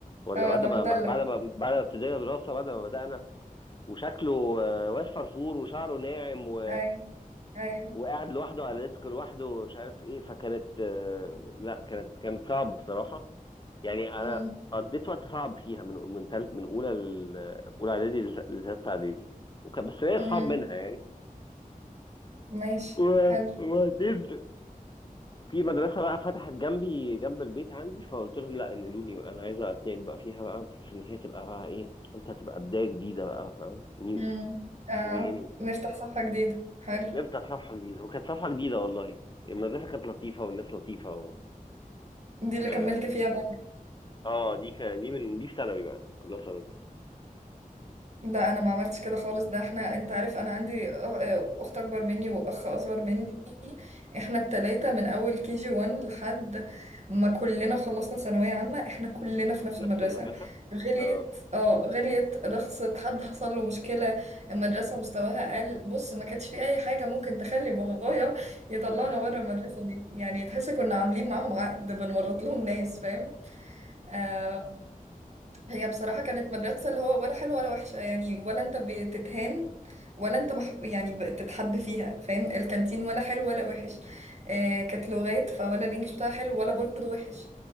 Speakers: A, on the left (about 30°); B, on the right (about 50°).
A: ولا
B: اه
A: بعد
B: ده
A: ما
B: مدلل
A: بعد ما بعد ما ابتدينا دراسه بعد ما بدانا وشكله آه، واد فرفور وشعره ناعم و
B: ايوه ايوه
A: وقاعد لوحده على ديسك لوحده ومش عارف ايه فكانت آه، لا كانت كانت صعبه بصراحه يعني انا
B: مم.
A: قضيت وقت صعب فيها من من تالت من اولى ل- اولى اعدادي لثالثه اعدادي وكان بس ليا
B: مم.
A: اصحاب منها يعني
B: ماشي
A: و-
B: حلو
A: وبعدين في مدرسة بقى فتحت جنبي جنب البيت عندي فقلت لهم لا انقلوني بقى انا عايزة اتنقل بقى فيها بقى بحيث ان هي تبقى بقى ايه قلت هتبقى بداية جديدة بقى فاهم نيو
B: مم.
A: نيو
B: اه
A: بيجينينج
B: نفتح صفحة جديدة حلو
A: نبدأ صفحة جديدة وكانت صفحة جديدة والله المدرسة كانت لطيفة والناس لطيفة و...
B: دي اللي
A: اه
B: كملت فيها بقى
A: آه، دي ك... دي من دي في ثانوي بقى كانت كلها ثانوي
B: لا انا ما عملتش كده خالص ده احنا انت عارف انا عندي أ- اخت اكبر مني واخ اصغر مني احنا التلاتة من اول كي جي 1 لحد ما كلنا خلصنا ثانوية عامة احنا كلنا في نفس
A: نفس
B: المدرسة
A: المدرسة
B: غليت
A: اه
B: اه غليت رخصت حد حصل له مشكلة المدرسة مستواها قل بص ما كانش في اي حاجة ممكن تخلي بابايا يطلعنا
A: <laughs>
B: بره المدرسة دي يعني تحس كنا عاملين معاهم عقد بنورط لهم ناس فاهم آه هي بصراحة كانت مدرسة اللي هو ولا حلوة ولا وحشة يعني ولا انت بتتهان ولا انت مح... يعني بتتحب فيها فاهم الكانتين ولا حلو ولا وحش آه كانت لغات فولا الانجليش بتاعها حلو ولا برضه وحش